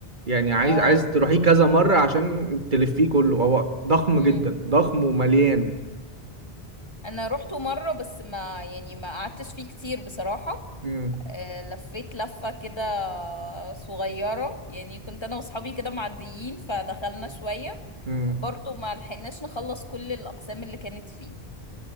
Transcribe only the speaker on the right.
يعني عايز
عايز تروحيه كذا مرة عشان تلفيه كله هو ضخم
جدا ضخم ومليان
مم.
مم.